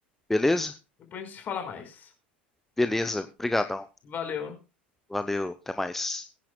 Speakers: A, in the centre; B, on the left (about 35°).
A: beleza?
B: Depois a gente se fala mais.
A: Beleza, brigadão.
B: Valeu.
A: Valeu, até mais.